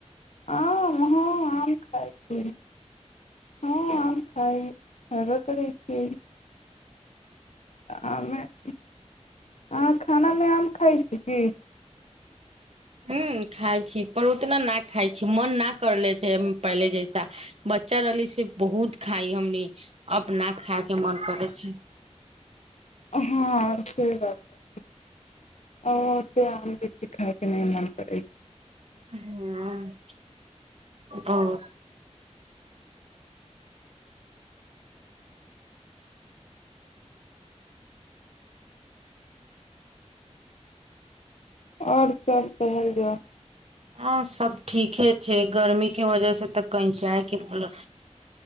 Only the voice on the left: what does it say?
आम हँ आम खाइ हँ आम खाइ खैबे करै छियै आमे अहाँ खानामे आम खाइ छी की
हाँ सही बात ओते आम बेसी खाइ के नहि मन करै छै
आओर सभ कहल जाउ